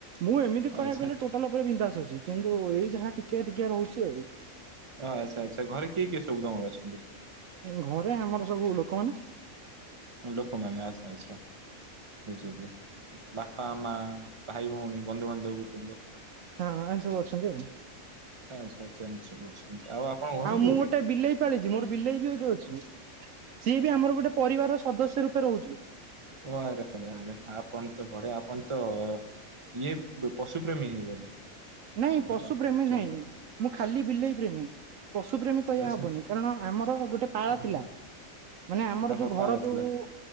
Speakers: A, on the right (about 70°); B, on the right (about 25°).
A: ମୁଁ ଏମିତି କହିବାକୁ
B: ଆଚ୍ଛା
A: ଗଲେ ଟୋଟାଲ ଉପରେ ବିନ୍ଧାସ ଅଛି କିନ୍ତୁ ଏଇ ଯାହା ଟିକିଆ ଟିକିଆ ରହୁଛି ଆଉ।
B: ଅ ଆଚ୍ଛା ଆଚ୍ଛା ଘରେ କିଏ କିଏ ସବୁ ତମର ଅଛନ୍ତି?
A: ଘରେ ଆମର ସବୁ ଲୋକମାନେ।
B: <unintelligible> ମାନ ଆଶା ଅଛ <unintelligible> ବାପା ମା ଭାଇ ଭଉଣୀ ବନ୍ଧୁବାନ୍ଧବ କୁଟୁମ୍ବ
A: ହଁ ଏ ସବୁ ଅଛନ୍ତି ଆଉ।
B: ଆଚ୍ଛା ଆଚ୍ଛା ଆଚ୍ଛା ଆଉ ଆପଣଙ୍କ ଘରେ କୋଉଠି?
A: ମୁଁ ଗୋଟେ ବିଲେଇ ପାଳିଛି ମୋର ବିଲେଇ ବି ଗୋଟେ ଅଛି ସିଏ ବି ଆମର ଗୋଟେ ପରିବାରର ସଦସ୍ୟ ରୂପେ ରହୁଛି।
B: ଓ ଆରେ ଆରେ ଆରେ ଆପଣ ତ ଭଡେ ଆପଣ ତ। ଇଏ ପଶୁପ୍ରେମୀ ହେଇଗଲେ।
A: ନାଇଁ
B: ଭଲ
A: ପଶୁ ପ୍ରେମୀ
B: ଚଳ
A: ନାହିଁ ମୁଁ ଖାଲି ବିଲେଇ ପ୍ରେମୀ ପଶୁପ୍ରେମୀ କହ
B: ଆଚ୍ଛା
A: ହବନି କାରଣ ଆମର ଗୋଟେ ପାଳ
B: ହୁଁ
A: ଥିଲା ମାନେ ଆମର
B: ଓହୋ
A: ଯୋଉ
B: ପାରା
A: ଘର ଯୋଉ
B: ଥିଲା